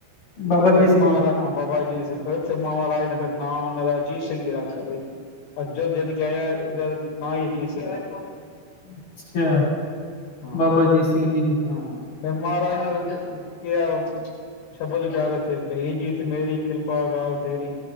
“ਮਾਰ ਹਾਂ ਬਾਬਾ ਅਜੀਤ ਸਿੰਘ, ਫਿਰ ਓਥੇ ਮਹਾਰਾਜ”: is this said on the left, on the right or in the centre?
Left